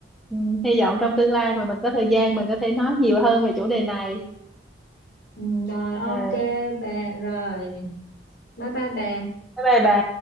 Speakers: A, in the centre; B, on the left.
A: ừ, hy vọng trong tương lai mà mình có thời gian mình có thể nói nhiều hơn về chủ đề này
B: Ừm, rồi ok
A: Ờ,
B: bà rồi bye bye bà
A: bye bye bà